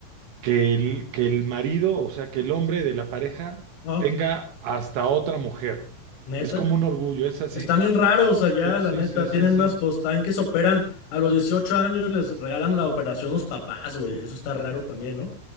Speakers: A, on the right (about 70°); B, on the left (about 80°).
A: que el, que el marido, o sea, que el hombre de la pareja
B: Ah,
A: tenga hasta otra mujer.
B: ¿neta?
A: Es como un orgullo, es así.
B: Están bien raros allá,
A: Sí,
B: la
A: sí,
B: neta.
A: sí, sí,
B: Tienen
A: sí.
B: unas costas que se operan a los 18 años, les regalan la operación los papás, güey. Eso está raro también, ¿no?